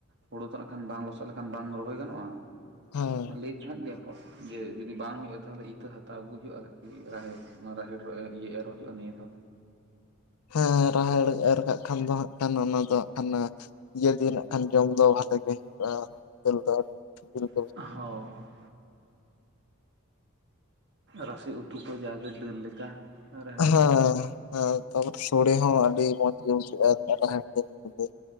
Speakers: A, on the right; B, on the left.
A: ᱦᱳᱲᱳ ᱛᱚ ᱱᱟᱠᱷᱟᱱ ᱵᱟᱝ ᱞᱚᱥᱚᱜ ᱞᱮᱠᱷᱟᱱ ᱵᱟᱝ ᱨᱚᱦᱚᱭ ᱜᱟᱱᱚᱜ-ᱟ
B: ᱦᱮᱸ
A: ᱞᱟᱹᱭ ᱮᱫ ᱛᱟᱦᱮᱸᱜ ᱜᱮ ᱠᱚ᱾ ᱡᱮ ᱡᱩᱫᱤ ᱵᱟᱝ ᱦᱩᱭᱩᱜ-ᱟ ᱛᱟᱦᱚᱞᱮ ᱤᱛᱟᱹ ᱦᱟᱛᱟᱣ ᱟᱹᱜᱩᱭ ᱦᱳᱭᱳᱜ-ᱟ ᱨᱟᱦᱮᱲ ᱚᱱᱟ ᱨᱟᱦᱮᱲ ᱮᱨ ᱤᱭᱟᱹ ᱮᱨ ᱦᱩᱭᱩᱜ-ᱟ ᱱᱤᱭᱟᱹ ᱫᱷᱟᱣ ᱾
B: ᱦᱮᱸ, ᱨᱟᱦᱮᱲ ᱮᱨ ᱠᱟᱜ ᱠᱷᱟᱱ ᱫᱚ ᱦᱟᱸᱜ ᱠᱷᱟᱱ ᱚᱱᱟ ᱫᱚ ᱦᱟᱸᱜ ᱠᱷᱟᱱ ᱤᱭᱟᱹ ᱫᱤᱱ ᱱᱟᱜ ᱠᱷᱟᱱ ᱡᱚᱢ ᱫᱚ ᱵᱷᱟᱞᱮᱹ ᱜᱮ ᱦᱩᱭᱩᱜ ᱟ ᱪᱮᱞᱠᱟ ᱥᱤᱛᱩᱝ ᱾
A: ᱜᱦᱳ ᱾ ᱨᱟᱥᱮᱹᱩᱛᱩ ᱠᱚ ᱡᱟ ᱜᱮ ᱰᱟᱹᱞ ᱞᱮᱠᱟ᱾ ᱨᱟᱦᱮᱲ
B: ᱷᱮᱸᱦᱮᱸ,
A: ᱯᱚᱨ
B: ᱛᱟᱯᱚᱨᱮ ᱥᱳᱲᱮᱹᱦᱚᱸ ᱟᱰᱤ ᱢᱚᱸᱡᱽ ᱜᱮ ᱵᱩᱡᱷᱟᱹᱜ-ᱟ ᱨᱟᱦᱮᱲ ᱫᱟᱹᱞ ᱥᱚᱝᱜᱮ ᱾